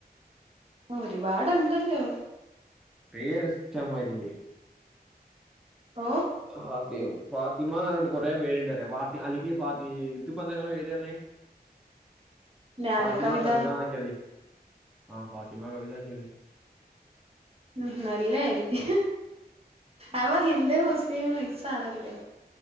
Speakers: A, on the right; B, in the centre.
A: ഒരുപാടുണ്ടല്ലോ
B: പേര് ഇഷ്ടംമാരി ഉണ്ട്
A: ഓ
B: ഫാത്തി ഫാത്തിമന്ന്ണ്ട് കൊറെ പേരുണ്ട്ന്ന് പറയഫാത്തി അല്ലെങ്കി ഫാ ഇത് പന്തങ്ങളെ പേര്‌ പറഞ്ഞെ
A: ഞാനോ
B: ഫാത്തിമാ
A: കവിത
B: കവി താന്ന് ആക്കിയാല് ആഹ് ഫാത്തിമ കവിത ആക്കിയാല്
A: ഉ നല്ലായിരിക്കും അപ്പൊ ഹിന്ദു മുസ്ലിം മിക്സ് ആണല്ലേ